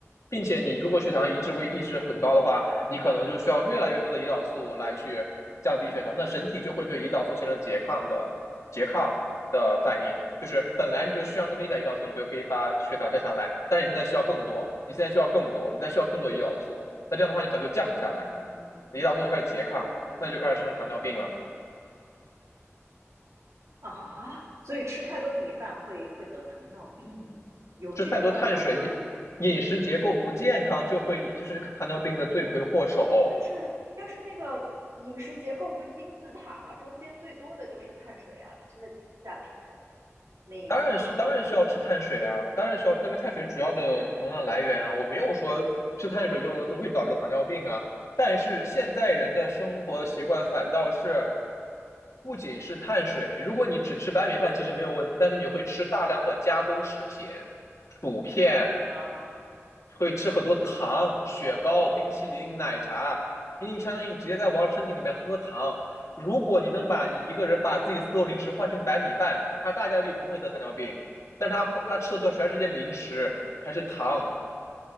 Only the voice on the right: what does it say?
嗯，
明白了。
啊，所以吃太多米饭会会得糖尿病，有这个关联吗？
但是但是那个饮食结构不是金字塔吗？中间最多的就是碳水啊，它是在底下那一个那一层。
啊，